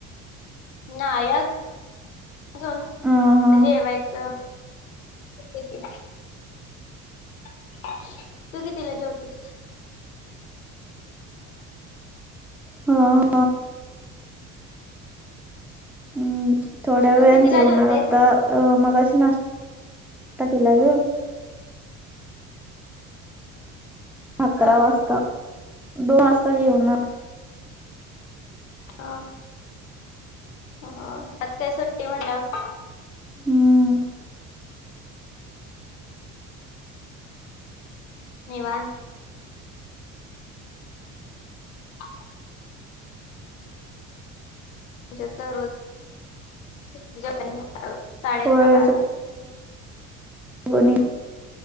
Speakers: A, on the left; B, in the centre.
A: नाही अजून आत्ता
B: हा हा
A: जेवायचा <unintelligible> तू कितीला जेवतीस?
B: हम्म. हम्म थोड्या वेळान
A: तू कितीला
B: जेवणार
A: जेवतेस
B: आता?
A: म्हटलं?
B: अ मगाशी नाश्ता केलाय ग? अकरा
A: हा हा
B: वाजता दोन वाजता जेवणार?
A: हा. हो आज काय सुट्टी म्हटल्यावर?
B: हम्म.
A: निवात. <inaudible> आमच्यात दररोज <unintelligible> साडे
B: होय
A: अकरा बारा.
B: बणे <unintelligible>